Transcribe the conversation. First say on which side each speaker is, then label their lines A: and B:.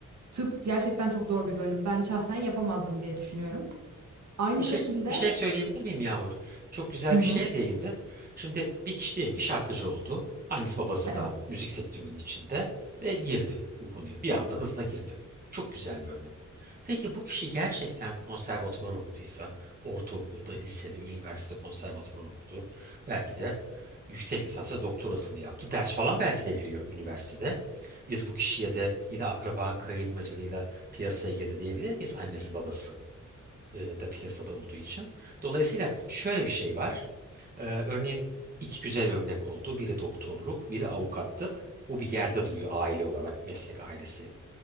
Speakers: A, on the right; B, on the right.
A: tıp gerçekten çok zor bir bölüm. Ben şahsen yapamazdım diye düşünüyorum. Aynı
B: Bir şey
A: şekilde
B: bir şey söyleyebilir miyim Yağmur? Çok güzel
A: Hı hı.
B: bir şeye değindin. Şimdi bir kişi diyelim ki şarkıcı oldu. Annesi babası
A: evet.
B: da müzik sektörünün içinde ve girdi bu konuya. Bir anda hızla girdi. Çok güzel bir örnek. Peki bu kişi gerçekten konservatuvar okuduysa, ortaokulda, lisede, üniversitede konservatuvar okudu. Belki de yüksek lisansa doktorasını yaptı. Ders falan belki de veriyor üniversitede. Biz bu kişiye de yine akraba kayırmacılığıyla piyasaya girdi diyebilir miyiz? Annesi babası e, da piyasada olduğu için. Dolayısıyla şöyle bir şey var. Ee, örneğin iki güzel örnek oldu. Biri doktorluk, biri avukatlık. Bu bir yerde duruyor aile olarak, meslek ailesi.